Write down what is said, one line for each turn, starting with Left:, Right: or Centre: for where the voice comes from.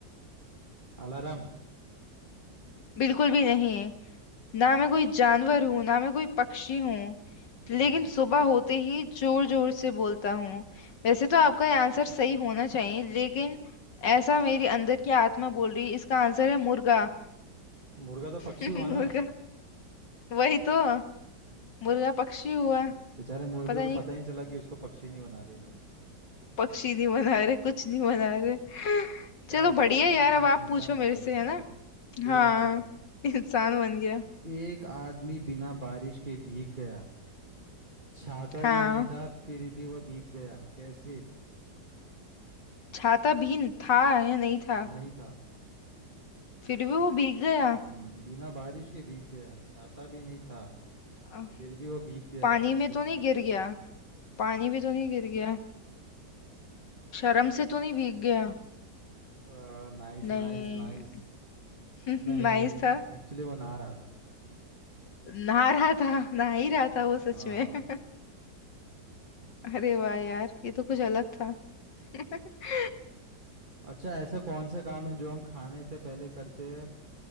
Right: अलार्म
Left: बिल्कुल भी नहीं ना मैं कोई जानवर हूँ ना मैं कोई पक्षी हूँ लेकिन
Right: हम्म,
Left: सुबह होते ही जोर जोर से बोलता हूँ वैसे तो आपका ये आंसर सही होना चाहिए लेकिन ऐसा मेरी अंदर की आत्मा बोल रही है इसका आंसर है मुर्गा
Right: मुर्गा तो पक्षी
Left: <laughs> मुर्गा
Right: हुआ ना
Left: वही तो मुर्गा पक्षी हुआ
Right: बेचारे मुर्गे
Left: पता
Right: को
Left: नहीं
Right: पता ही नहीं चला कि उसको पक्षी नहीं बना रहे ये लोग
Left: पक्षी नहीं बना रहे कुछ नहीं बना रहे <laughs>
Right: क्या
Left: चलो
Right: हो गया
Left: बढ़िया
Right: वो इन,
Left: यार
Right: इन,
Left: अब आप
Right: इंसान
Left: पूछो
Right: बन
Left: मेरे
Right: गया
Left: से
Right: लगता
Left: है ना
Right: है वो ठीक
Left: हाँ
Right: है चल
Left: इंसान बन गया
Right: एक आदमी बिना बारिश के भीग गया छाता
Left: हाँ
Right: भी नहीं था फिर भी वह भीग गया कैसे
Left: छाता भीन था या नहीं था
Right: नहीं था
Left: फिर भी वो भीग गया
Right: हम्म बिना बारिश के भीग गया छाता भी नहीं था
Left: अ,
Right: फिर भी वह भीग गया
Left: पानी
Right: कैसे
Left: में तो नहीं गिर गया पानी भी तो नहीं गिर गया शर्म से तो नहीं भीग गया
Right: आ, Nice
Left: नहीं
Right: nice nice
Left: <laughs>
Right: नहीं
Left: नाइस था
Right: एक्चुअली वो नहा रहा था
Left: नहा रहा था नहा ही
Right: हम्म,
Left: रहा था वो सच
Right: हाँ
Left: में <laughs> अरे वाह यार ये तो कुछ अलग था <laughs>
Right: अच्छा ऐसा कौन सा काम है जो हम खाने से पहले करते हैं